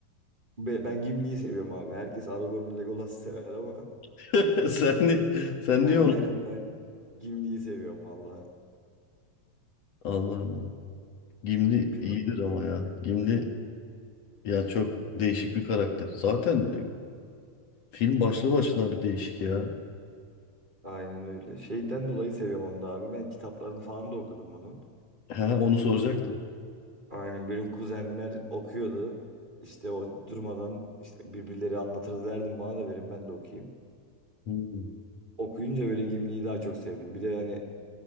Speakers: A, on the right; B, on the left.
A: Be- ben Gimli'yi seviyorum abi. Herkes Aragorn'u Legolas'ı sever ama
B: <laughs> Sen ni
A: <laughs>
B: sen
A: ben
B: niye onu?
A: aynen ben Gimli'yi seviyorum valla.
B: Allah Allah. Gimli
A: Bir
B: iyidir
A: de-
B: ama ya. Gimli ya çok değişik bir karakter. Zaten e, film başlı başına bir değişik ya.
A: aynen öyle. Şeyden dolayı seviyorum onu da abi. Ben kitaplarını falan da okudum bunun.
B: He, onu soracaktım.
A: Aynen benim kuzenler okuyordu. İşte o durmadan işte birbirleri anlatırdı derdim bana da verin ben de okuyayım.
B: Hmm.
A: Okuyunca böyle Gimli'yi daha çok sevdim. Bir de hani